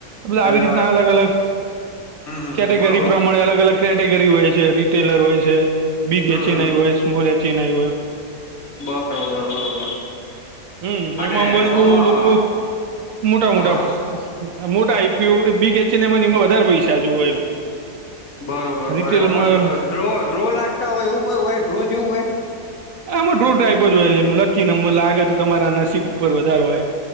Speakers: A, on the right; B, on the left.
A: બધા
B: એટલે
A: આવી રીતના અલગ અલગ.
B: હમ હમ.
A: કેટેગરી
B: હમ બોલો બોલો
A: પ્રમાણે અલગ અલગ કેટેગરી હોય છે રિટેલર હોય છે બિગ
B: હમ
A: એચિનઈ
B: હમ
A: હોય સ્મોલ એચિનઈ હોય.
B: બરોબર બરોબર.
A: હમ
B: અને
A: એમાં બર
B: ઓમાં
A: લોકો. મોટા
B: હા
A: મોટા
B: હા
A: મોટા આઈપીયુ બીગ એચએનઆઇ ને એ એમાં વધારે પૈસા જવ હોય એમ.
B: હ. બરોબર
A: રિટેલમાં
B: ડ્રો લાગતા હોય એવું કઈ હોય ડ્રો જેવું હોય.
A: આમાં રો ટાઈપ જ હોય એ લખીને લાગે તો તમારા નસીબ ઉપર વધારો હોય.